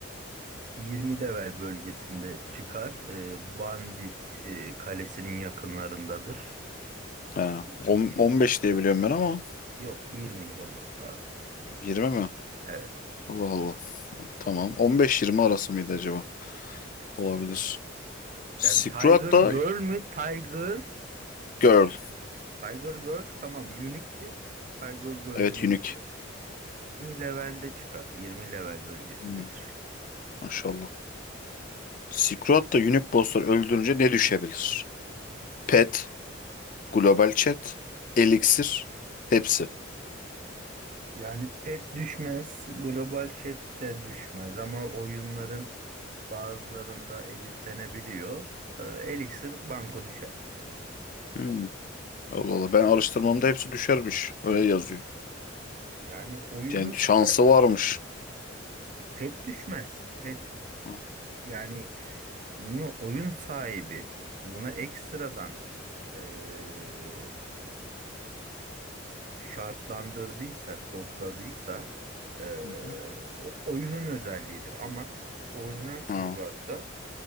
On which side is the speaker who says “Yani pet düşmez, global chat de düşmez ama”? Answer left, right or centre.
Right